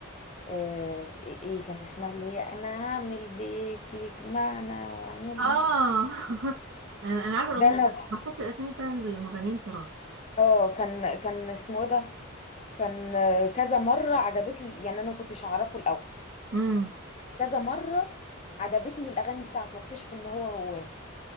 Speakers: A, on the left; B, on the right.
A: آه، ايه إيه كان اسمها اللي هي انا هعمل بيتي يجمعنا واعمل
B: اه
A: لي-
B: <laughs> انا انا عارفة الاغنية
A: ده انا
B: بس بحفظت الاسامي بتاع المغنيين صراحة
A: اه كان كان اسمه إيه ده كان آه، كذا مرة عجبتني يعني انا ما كنتش اعرفه الاول
B: امم
A: كذا مرة عجبتني الاغاني بتاعته واكتشف ان هو هو